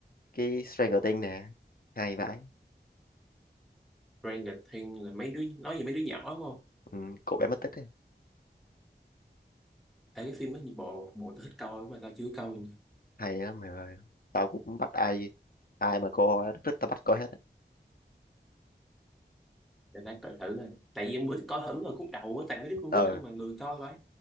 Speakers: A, on the left; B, in the centre.
A: cái Stranger Things nè hay vãi
B: Stranger Things là mấy đứa nói về mấy đứa nhỏ đúng không
A: ừ, cậu bé mất tích á
B: tại cái phim đó nhiều bộ bộ tao thích coi mà tao chưa coi nè
A: hay lắm mày ơi tao cũng bắt ai ai mà cô nó thích tao bắt coi hết á
B: để tao coi thử rồi tại vì em bữa coi thử rồi khúc đầu á tại mấy đứa con
A: ờ
B: nít không mà lười coi vậy